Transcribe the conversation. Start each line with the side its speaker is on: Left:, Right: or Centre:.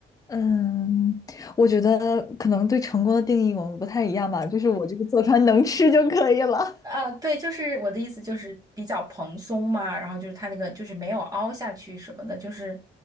Left: 嗯，我觉得可能对成功的定义我们不太一样吧，就是我这个做出来能吃就可以了。
Right: 呃，对，就是我的意思就是比较蓬松嘛，然后就是它那个就是没有凹下去什么的，就是